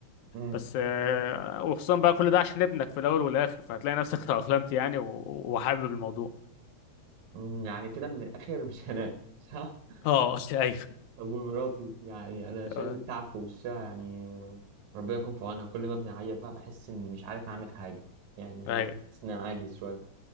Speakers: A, on the right; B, on the left.
A: مم،
B: بس آه، وخصوصا بقى كل ده عشان ابنك في الاول والاخر فهتلاقي نفسك <laughs> تأقلمت يعني و- وحابب الموضوع
A: مم. يعني كده من الاخر مش هنام صح <laughs>
B: اه <laughs> ايوه
A: طب ومراتي يعني انا
B: <laughs>
A: شايف
B: آه،
A: التعب في وشها يعني آه، ربنا يكون في عونها كل ما بنعيط بقى بحس اني مش عارف اعمل حاجه يعني
B: ايوه
A: بحس اني عاجز شويه